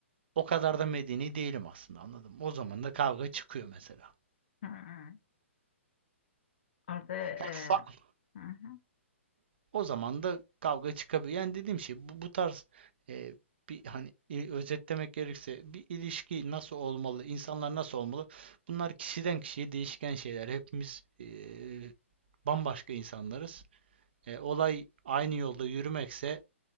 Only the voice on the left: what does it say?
Hı hı. Orada e,
hı hı.